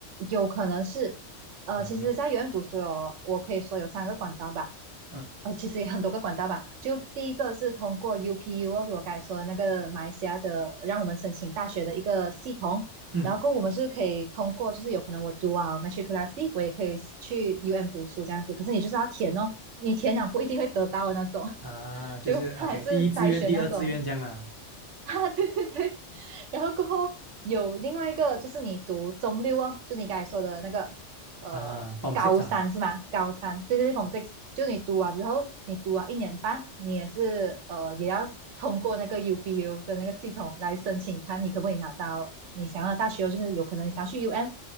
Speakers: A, on the right; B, on the right.
A: 有可能是，呃，
B: 啊，
A: 其实，
B: 那
A: 在 u 院读书有，我可以说有三个管道吧，
B: 嗯
A: 呃，其实也很多个管道吧。就第一个是通过 UPU，就我刚才说的那个马来西亚的，让我们申请大学的一个系统，
B: 嗯
A: 然后过后我们是可以通过，就是有可能我读啊 matriculasi，我也可以去 UM 读书这样子，可是你就是要填哦，你填了不一定会得到的那种，
B: 啊，
A: <laughs>
B: 就是
A: 就它还是筛选那种。
B: OK，第一志愿、第二志愿这样啦。
A: <laughs> 啊，对对对，然后过后有另外一个就是你读中六哦，就你刚才说的那个呃高三是吗？
B: 啊，Form Six 啊，
A: 高三，对对对 f r m six，就你读完之后，你读完一年半，你也是呃也要通过那个 UBU 的那个系统来申请，看你可不可以拿到你想要的大学哦，就是有可能你想要去 UM，